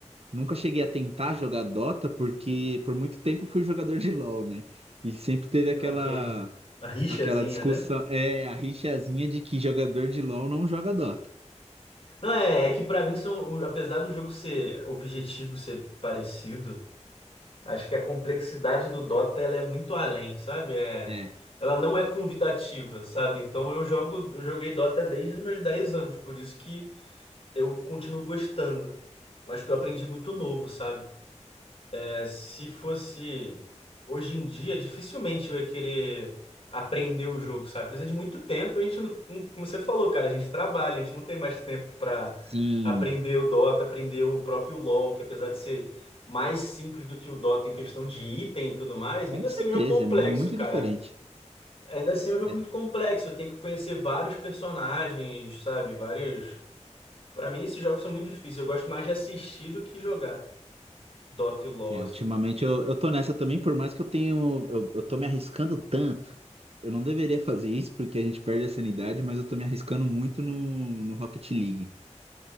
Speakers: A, on the right (about 55°); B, on the left (about 50°).
A: Nunca cheguei a tentar jogar Dota porque por muito tempo fui jogador de LoL, né? E sempre teve aquela
B: ok. A rixazinha,
A: aquela discussão,
B: né?
A: é, a rixazinha de que jogador de LoL não joga Dota.
B: Não, é, é que pra mim são, o- apesar do jogo ser objetivo, ser parecido, acho que a complexidade do Dota ela é muito além, sabe? É,
A: É,
B: ela não é convidativa, sabe? Então eu jogo, eu joguei Dota desde os meus 10 anos, por isso que eu continuo gostando. Mas que eu aprendi muito novo, sabe? É, Se fosse hoje em dia, dificilmente eu ia querer aprender o jogo, sabe? Precisa de muito tempo e a gente não, não- como você falou, cara, a gente trabalha, a gente não tem mais tempo pra
A: sim,
B: aprender o Dota, aprender o próprio LoL, que apesar de ser mais simples do que o Dota em questão de item e tudo mais,
A: com
B: ainda
A: certeza,
B: assim é um jogo complexo,
A: é muito
B: cara.
A: diferente.
B: Ainda assim é um jogo
A: É,
B: muito complexo, tem que conhecer vários personagens, sabe? Vários. Pra mim, esses jogos são muito difíceis. Eu gosto mais de assistir do que jogar Dota e LoL,
A: é,
B: assim.
A: ultimamente eu, eu tô nessa também, por mais que eu tenho, eu, eu tô me arriscando tanto. Eu não deveria fazer isso porque a gente perde a sanidade, mas eu tô me arriscando muito no, no Rocket League.